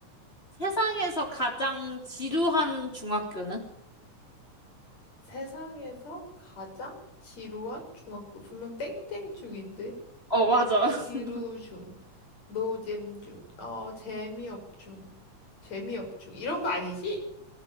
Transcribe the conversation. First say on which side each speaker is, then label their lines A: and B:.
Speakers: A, on the left; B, on the left.
A: 세상에서 가장 지루한 중학교는?
B: 세상에서 가장 지루한 중학교. 분명 땡땡 중인데.
A: 어, 맞아.
B: 지루
A: <laughs>
B: 중. 노잼 중. 어, 재미업 중. 재미업 중. 이런 거 아니지?